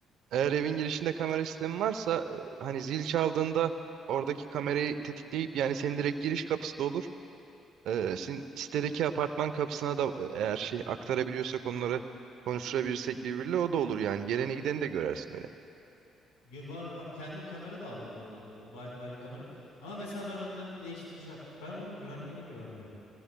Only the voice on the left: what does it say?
Ya var var. Kendim kamera da aldım bu arada. Wi-Fi'li kamera. Ama mesela ben onları değiştireceğim. Ben onun güvenliğine güvenmiyorum.